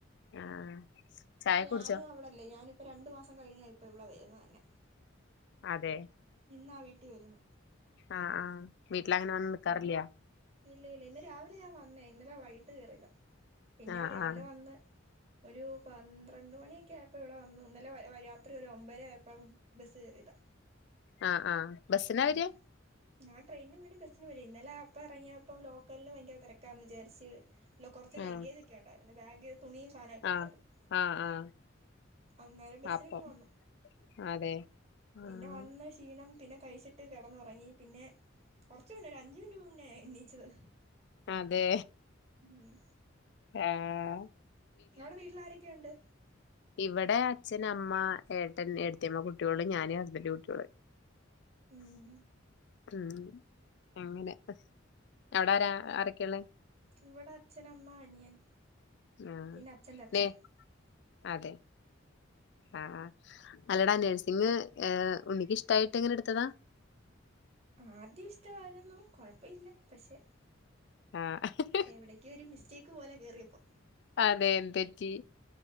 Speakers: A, on the left (about 60°); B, on the right (about 35°).
A: ആഹ് ചായൊക്കെ
B: ഇപ്പ ഞാനും
A: കുടിച്ചോ
B: അവിടെല്ല ഞാനിപ്പം രണ്ടു മാസം കഴിഞ്ഞ ഇപ്പ ഇവിടെ വരുന്നഅ് തന്നെ
A: അതെ
B: ഇന്നാ വീട്ടി വരുന്ന്
A: ആഹ് ആഹ് വീട്ടില അങ്ങനെ വന്ന് നിക്കാറില്ല്യ.
B: ഇല്ല ഇല്ല ഇന്ന് രാവിലെ ഞാൻ വന്നേ ഇന്നലെ വൈകിട്ട് കേയറിയതാ. പിന്നെ
A: ആഹ്
B: രാവിലെ
A: ആഹ്
B: വന്ന് ഒരു പന്ത്രണ്ട് മണിയൊക്കെ ആയപ്പോ ഇവിടെ വന്നു. ഇന്നലെ രാത്രി ഒരു ഒമ്പേര ആയപ്പം ബസ്സ് കേറിയതാ.
A: ആഹ് ആഹ് ബസ്സിനാ വരിക
B: എൻ ഞാ ട്രെയിനും വരും ബസിനും വരും. ഇന്നലെ അപ്പ എറങ്ങിയപ്പോ ലോക്കല്ല് ഭയങ്കര തെരക്കാന്ന് ചാരിച്ച് ലൊ കൊർച്ച്
A: ആഹ്
B: ലഗേജ്ക്കെ ഉണ്ടായിരുന്നു ബാഗ് തുണിയും സാനൊക്കെ
A: ആഹ്
B: ണ്ടായിരുന്നു.
A: ആഹ് ആഹ്
B: അന്നേരം ബസിന്
A: അപ്പം
B: പോന്നു
A: അതെ ആഹ്
B: പിന്നെ വന്ന ക്ഷീണം പിന്നെ കഴിച്ചിട്ട് കെടന്നൊറങ്ങി പിന്നെ കൊർച്ച് മുന്നേ ഒരു അഞ്ച് മിനിറ്റ് മുന്നേ എണീച്ചത്.
A: അതെ
B: ഉം
A: ആഹ്
B: അവടെ വീട്ടിലാരൊക്കെയുണ്ട്?
A: ഇവടെ അച്ഛൻ, അമ്മ, ഏട്ടൻ, ഏട്ടത്തിയമ്മ, കുട്ടിയോള്, ഞാന്, ഹസ്ബന്റ്, കുട്ടിയോള്
B: ഉം
A: ഉം അങ്ങനെ അവടാരാ? ആരെക്കെള്ളെ?
B: ഇവടെ അച്ഛനമ്മ, അനിയൻ
A: ആഹ്
B: പിന്നെ അച്ഛൻ്റെ അച്ഛൻ
A: തെ അതെ ആഹ് ആഹ് അല്ലടാ നഴസിങ് ഏഹ് ഉണ്ണിക്ക് ഇഷ്ടായിട്ട് അങ്ങനെ എട്ത്തതാ?
B: ആദ്യം ഇഷ്ടായിരുന്നു കൊഴപ്പ ഇല്ല പക്ഷെ
A: ആഹ്
B: എവിടെക്കേ ഒരു മിസ്റ്റേക്ക് പോലെ കേറിയപ്പോ
A: അതെ എന്തറ്റി?